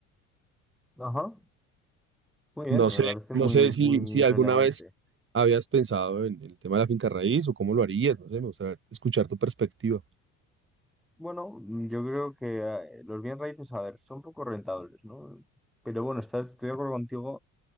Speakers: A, in the centre; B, on the right (about 30°).
A: Ajá. Muy
B: No
A: bien, me
B: sé,
A: parece
B: no
A: muy,
B: sé si,
A: muy
B: si alguna
A: relevante.
B: vez habías pensado en el tema de la finca raíz o cómo lo harías, no sé, me gustaría escuchar tu perspectiva.
A: Bueno, mm, yo creo que ah, eh, los bien raíces, a ver, son poco rentables, ¿no? Pero bueno, estás, estoy de acuerdo contigo